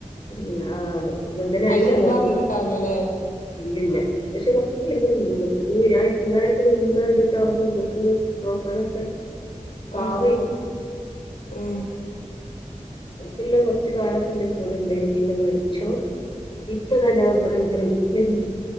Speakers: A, on the left; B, on the left.
A: <unintelligible> ഓൻ വന്ന്നേഷം
B: അയിന് മുമ്പ്
A: ഗൾ.
B: അറിഞ്ഞിട്ടുണ്ടാവൂലല്ലേ
A: ഇല്ലില്ല. പക്ഷേ <unintelligible> ഇല്ലേ. ഞാൻ യത്തീംകാനെക്ക നിന്ന് ഒര് താവുമ്പോ മ്മക്ക് നോക്കാനൊക്കെ പാവേ
B: ആ ആ ഏ
A: ട്ടില്ലാം കുറച്ചു കാലൊക്കെ ന്റെ കൂടെ ണ്ടായ്ന്ന് പിന്നെ മരിച്ചു ഇപ്പൊ താ ഞാവിടങ്ങനെ ഇരിക്ക്ണ്ട്